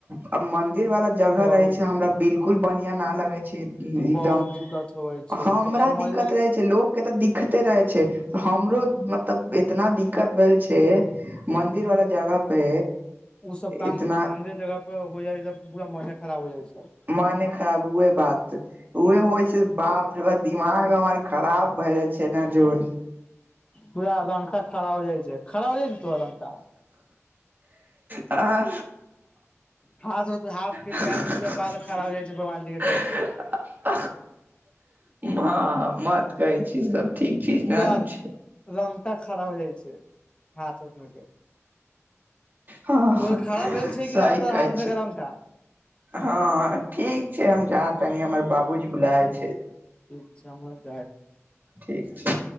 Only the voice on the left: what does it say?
बहुत
बहुत दिक्कत होबै छै
ओ तऽ समझ
ऊ सब काम
मन्दिर जगह पे हो जाइ त पूरा मने खराब हो जाइ छैइ
पूरा रंगटा खड़ा हो जाइ छैइ खड़ा हो जाइ छैइ तोरा रंगटा
हाथ हो हाथ के
पैर के पूरा बाल खड़ा
हो जाइ छै भगवान जी के देख के
पूरा
रंगटा खड़ा हो जाइ छैइ हाथ उथ में के
तो खड़ा भेल छैइ
कि नई ओ तोहर
हाथ
में के रंगटा
समध